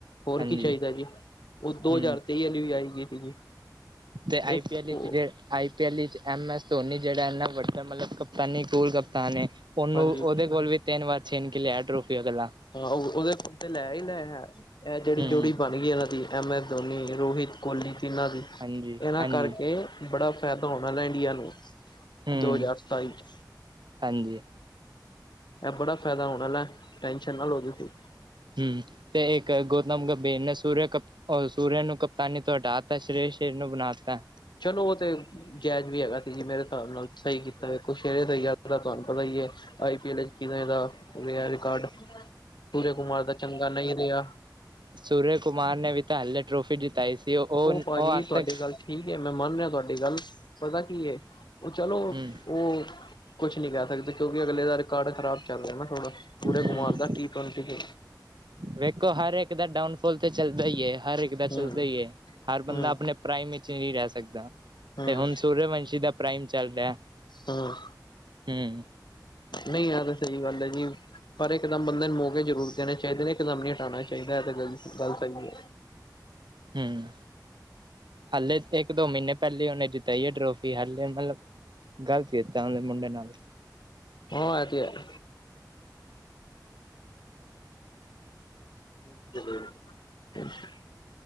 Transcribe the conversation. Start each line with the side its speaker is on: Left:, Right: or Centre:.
Left: ਹੋਰ
Right: ਹਾਂਜੀ
Left: ਕੀ ਚਾਹੀਦਾ ਜੀ, ਉਹ ਦੋ
Right: ਹੂੰ
Left: ਹਜ਼ਾਰ ਤੇਈ ਵਾਲੀ ਵੀ ਆਏਗੀ ਸੀ ਜੀ।
Right: ਤੇ ਆਈ
Left: ਇੱਕ
Right: ਪੀ ਐਲ
Left: ਉਹ
Right: ਜੇ ਆਈ ਪੀ ਐਲ ਵਿੱਚ ਐਮ ਐਸ ਧੋਨੀ ਜਿਹੜਾ ਇਨਾ ਵੱਡਾ ਮਤਲਬ ਕਪਤਾਨੀ ਗੋਲ ਕਪਤਾਨ ਏ ਉਹਨੂੰ
Left: ਹਾਂਜੀ
Right: ਉਹਦੇ ਕੋਲ ਵੀ ਤਿੰਨ ਵਾਰ ਛੇਨ ਕਿ ਲਿਆ ਟਰੋਫੀ ਅਗਲਾ।
Left: ਹਾਂ, ਉਹਦੇ ਕੋਲੋ ਤੇ ਲੈ ਈ ਲੈ ਆ, ਇਹ ਜਿਹੜੀ
Right: ਹੂੰ
Left: ਜੋੜੀ ਬਣ ਗਈ ਇਹਨਾਂ ਦੀ ਐਮ ਐਸ ਧੋਨੀ, ਰੋਹਿਤ ਕੋਹਲੀ ਤਿੰਨਾਂ ਦੀ
Right: ਹਾਂਜੀ
Left: ਇਹਨਾਂ
Right: ਹਾਂਜੀ
Left: ਕਰਕੇ ਬੜਾ ਫਾਇਦਾ ਹੋਣਾ ਆਲ਼ਾ ਇੰਡੀਆ ਨੂੰ
Right: ਹੂੰ
Left: ਦੋ ਹਜ਼ਾਰ ਸਤਾਈ ਚ
Right: ਹਾਂਜੀ।
Left: ਇਹ ਬੜਾ ਫਾਇਦਾ ਹੋਣ ਆਲ਼ਾ, ਟੈਂਸ਼ਨ ਨਾਲ ਦੋ ਤੁਸੀਂ
Right: ਹਮ ਤੇ ਇੱਕ ਗੌਤਮ ਗੰਭੀਰ ਨੇ ਸੂਰ ਕ ਸੂਰਯ ਨੂੰ ਕਪਤਾਨ ਤੋਂ ਹਟਾ ਤਾਂ ਨੂੰ ਸ਼੍ਰੀ ਸ਼੍ਰੀ ਨੂੰ ਬਣਾਤਾ
Left: ਚਲੋ ਉਹ ਤੇ ਜਾਇਜ਼ ਵੀ ਹੈਗਾ ਸੀ ਜੀ, ਮੇਰੇ ਹਿਸਾਬ ਨਾਲ। ਸਹੀ ਕੀਤਾ ਵੇ ਕੁਛਰੇ ਦਾ, ਯਾਰ ਤੁਹਾਨੂੰ ਪਤਾ ਈ ਏ ਆਈ ਪੀ ਐਲ ਵਿਚ ਕਿਵੇ ਦਾ ਰਿਹਾ ਰਿਕਾਰਡ, ਸੂਰਜ ਕੁਮਾਰ ਦਾ ਚੰਗਾ ਨਹੀਂ ਰਿਹਾ।
Right: ਸੂਰਜ ਕੁਮਾਰ ਨੇ ਵੀ ਤਾਂ ਹਲੇੇ ਟ੍ਰੋਫੀ ਜਿਤਾਈ ਸੀ, ਉਹ
Left: ਭਾਜੀ
Right: ਉਹ ਅੱਜ
Left: ਤੁਹਾਡੀ
Right: ਤੱਕ
Left: ਗੱਲ ਠੀਕ ਏ, ਮੈਂ ਮੰਨ ਰਿਹਾ ਤੁਹਾਡੀ ਗੱਲ ਪਤਾ ਕੀ ਏ, ਉਹ ਚਲੋ
Right: ਹੂੰ
Left: ਉਹ ਕੁਛ ਨੀ ਕਹਿ ਸਕਦੇ ਕਿਉਂਕਿ ਅਗਲੇ ਦਾ ਰਿ ਰਿਕਾਰਡ ਖਰਾਬ ਚੱਲ ਰਿਹਾ ਨਾ ਥੋੜਾ, ਸੂਰਜ
Right: ਹੂੰ
Left: ਕੁਮਾਰ ਦਾ ਟੀ ਟਵਨਟੀ
Right: ਵੇਖੋ ਹਰ ਇੱਕ ਦਾ ਡਾਊਨ ਫੋਲ ਤੇ ਚੱਲਦਾ ਈ ਏ, ਹਰ ਇੱਕ ਦਾ ਚੱਲਦਾ
Left: ਹੂੰ
Right: ਹੀ ਏ, ਹਰ
Left: ਹੂੰ
Right: ਬੰਦਾ ਆਪਣੇ ਪ੍ਰਾਈਮ ਵਿੱਚ ਨਹੀਂ ਰਹਿ ਸਕਦਾ।
Left: ਹੂੰ
Right: ਤੇ ਹੁਣ ਸੂਰਯਵੰਸ਼ੀ ਦਾ ਪ੍ਰਾਈਮ ਚੱਲ ਰਿਹਾ।
Left: ਹੂੰ
Right: ਹਮ
Left: ਨਹੀਂ ਆਹ ਤਾਂ ਸਹੀ ਗੱਲ ਐ ਜੀ। ਪਰ ਇਹ ਇੱਕਦਮ ਬੰਦੇ ਨੂੰ ਮੌਕੇ ਜ਼ਰੂਰ ਦੇਣੇ ਚਾਹੀਦੇ ਨੇ ਇਕਦਮ ਨੀ ਹਟਾਉਣਾ ਚਾਹੀਦਾ। ਇਹ ਤਾਂ ਗੱਲ ਗੱਲ਼ਤ ਹੈਗੀ ਏ।
Right: ਹੂੰ, ਹਾਲੇ ਇੱਕ-ਦੋ ਮਹੀਨੇ ਪਹਿਲੇ ਉਹਨੇ ਜਤਾਈ ਹੈ ਟੋਫੀ ਹਾਲੇ ਮਤਲਬ ਗ਼ਲਤ ਕੀਤਾ ਉਹ ਮੁੰਡੇ ਨਾਲ।
Left: ਹਾਂ ਇਹ ਤਾਂ ਹੈ। <inaudible>